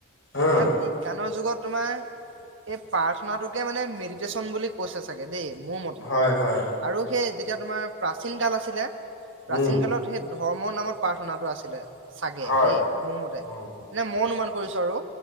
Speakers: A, on the left (about 65°); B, on the right (about 60°).
A: উম
B: এ বিজ্ঞানৰ যুগত তোমাৰ এই প্ৰাৰ্থনাটোকে মানে মেডিটেশচন বুলি কৈছে চাগে দেই মোৰ মতে
A: হয় হয়
B: আৰু সেই যেতিয়া তোমাৰ প্ৰাচীন কাল আছিলে প্ৰাচীন
A: উম
B: কালত সেই ধৰ্মৰ নামত প্ৰাৰ্থনাটো আছিলে চাগে
A: হয়
B: দেই মোৰ মতে
A: উম
B: এনে মই অনুমান কৰিছো আৰু